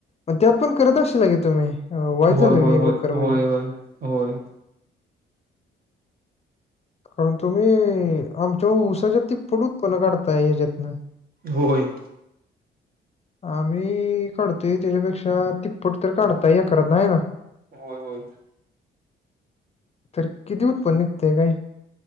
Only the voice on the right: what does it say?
होय,
होय,
होय,
होय,
होय, होय.
होय.
होय. होय.